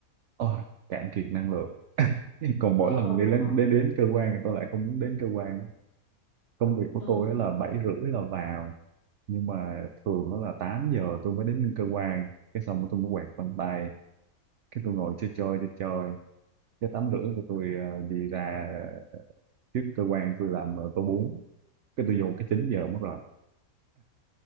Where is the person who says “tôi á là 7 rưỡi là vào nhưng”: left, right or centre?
Right